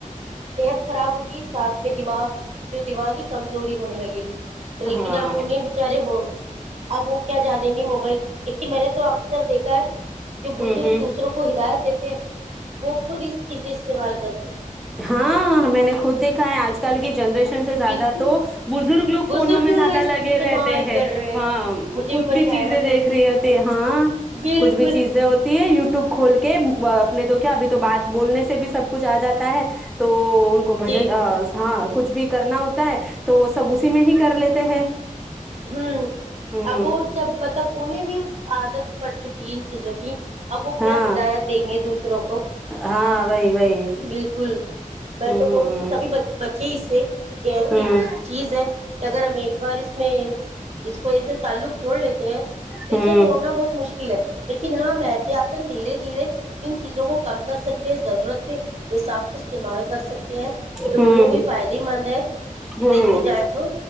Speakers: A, on the right; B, in the centre.
A: صحت خراب ہوگی ساتھ میں دماغ جو دماغی کمزوری ہونے لگے گی لیکن
B: ہاں
A: اپ انہیں بچارے ہو اب وہ کیا جانیں گے موبائل دیکے میں نے تو اکثر دیکھا ہے جو
B: ہوں
A: بزرگ
B: ہوں
A: دوسروں کو ہدات دیتے ہیں وہ خود اس چیزیں استعمال کرتے ہیں
B: ہاں میں نے خود دیکھا ہے آج کل کی جنریشن سے زیادہ
A: بالکل
B: تو بزرگ لوگ
A: بزرگ
B: فونوں میں زیادہ
A: اس
B: لگے
A: استعمال
B: رہتے ہیں
A: کر رہے
B: ہاں
A: مجھے
B: کچھ
A: بڑی
B: بھی
A: حیرت
B: چیزیں دیکھ رہی
A: ہے چیزوں
B: ہوتی
A: کو
B: ہاں
A: بالکل
B: کچھ بھی چیزیں ہوتی ہے یوٹیوب کھول کے اپنے تو کیا ابھی تو بات بولنے سے بھی سب کچھ جاتا ہے تو ان کو بجن
A: جی
B: ہاں کچھ بھی کرنا ہوتا ہے تو وہ سب اسی میں ہی کر لیتے ہیں
A: ہوں
B: ہوں
A: اب وہ سب مطلب انہیں بھی عادت پڑ چکی ہے ان چیزوں کی اب وہ
B: ہاں
A: کیا ہدایت دیں گے دوسروں کو
B: ہاں وہی وہی
A: بالکل میں
B: ہوں
A: تو کہوں کہ سبھی بچے اس سے یہ ایسی
B: ہوں
A: چیز ہے کہ اگر ہم ایک بار اس میں اس کو ای سے تعلق جوڑ لیتے ہیں تو
B: ہوں
A: ان سے توڑنا بہت مشکل <inaudible> لیکن ہاں مت آتن دھیرے دھیرے ان چیزوں کو کم کر سکتے ہیں ضرورت کے حساب سے استعمال کر سکتے ہیں دونوں
B: ہوں
A: ہی فائدے مند ہیں
B: ہوں
A: دیکھے جائے تو